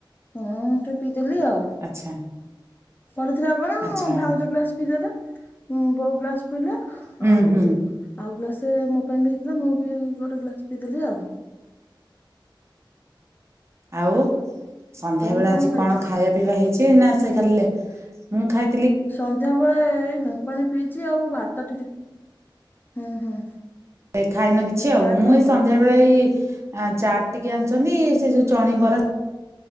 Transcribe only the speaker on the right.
ଆଚ୍ଛା।
ଆଚ୍ଛା
ହୁଁ
ହୁଁ
ଆଉ ସନ୍ଧ୍ୟା
ବେଳେ ଆଜି
କଣ ଖାଇବା ପିଇବା ହେଇ ଚି ନା ସେ ଖାଲିଲେ ମୁଁ ଖାଇ
ଖାଇନ କିଛି ଆଉ
ମୁଁ
ଏଇ ସନ୍ଧ୍ୟା ବେଳେ ଏଇ ଆ ଚାଟ ଟିକେ ଆଣିଛନ୍ତି ସେ ଯୋଉ ଚଣିବରା